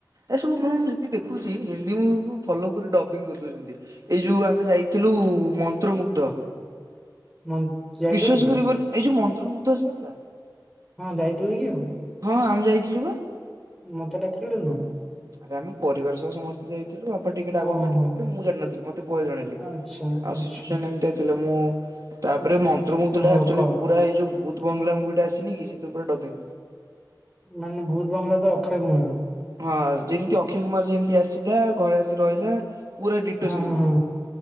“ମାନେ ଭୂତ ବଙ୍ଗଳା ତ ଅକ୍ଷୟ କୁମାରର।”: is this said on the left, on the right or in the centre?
Centre